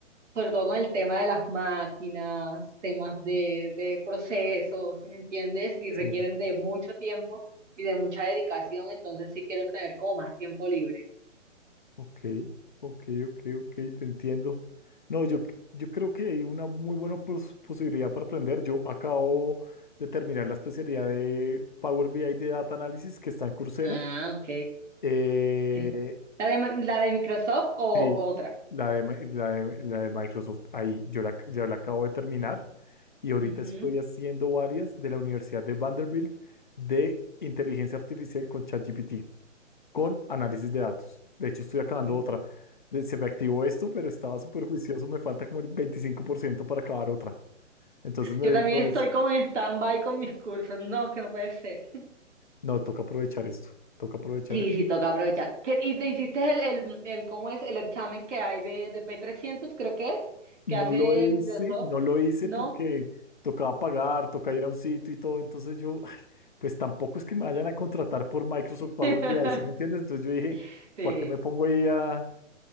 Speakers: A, on the right; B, on the left.
A: sobre todo con el tema de las máquinas, temas de, de procesos, ¿sí me entiendes? Y requieren
B: Sí.
A: de mucho tiempo y de mucha dedicación, entonces sí quiero tener como más tiempo libre.
B: Ok, ok, ok, ok, te entiendo. No, yo, c- yo creo que hay una muy buena pos- posibilidad para aprender. Yo acabo de terminar la especialidad de Power BI de Data Analysis que está en Coursera.
A: Ah, ok.
B: Eh,
A: Sí. ¿La de, la de Microsoft o,
B: sí,
A: o otra?
B: la de, Mi- la de, la de Microsoft, ahí yo la, ya la acabo de terminar y ahorita
A: Ujú.
B: estoy haciendo varias de la Universidad de Vanderbilt de inteligencia artificial con ChatGPT con análisis de datos. De hecho, estoy acabando
A: Mm.
B: otra. De- Se me activó esto, pero estaba súper juicioso. Me falta como el 25% para acabar otra. Entonces necesito
A: Yo también estoy
B: es,
A: como en stand-by con mis cursos. No, que no puede ser.
B: no, toca aprovechar esto. Toca aprovechar
A: Sí,
B: esto.
A: sí, toca aprovechar. ¿Qué- ¿Y te hiciste el, el, el- cómo es el examen que hay de, de p trescientos creo que es,
B: No
A: que hace
B: lo hice,
A: Microsoft?
B: no lo hice
A: ¿No?
B: porque tocaba pagar, toca ir a un sitio y todo. Entonces yo, ay, pues tampoco es que me vayan a contratar por Microsoft Power
A: <laughs>
B: BI, ¿sí me entiendes? Entonces yo dije,
A: Sí.
B: ¿para qué me pongo ahí a,